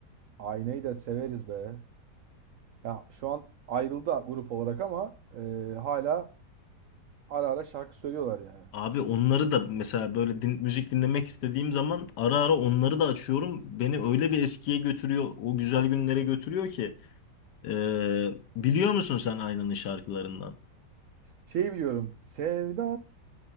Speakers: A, on the right; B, on the left.
A: Aynayı da severiz be. Ya şu an ayrıldı grup olarak ama e, hala ara ara şarkı söylüyorlar yani.
B: Abi onları da mesela böyle din- müzik dinlemek istediğim zaman ara ara onları da açıyorum. Beni öyle bir eskiye götürüyor, o güzel günlere götürüyor ki. Ee, biliyor musun sen Aynanın şarkılarından?
A: Şeyi biliyorum. Sevda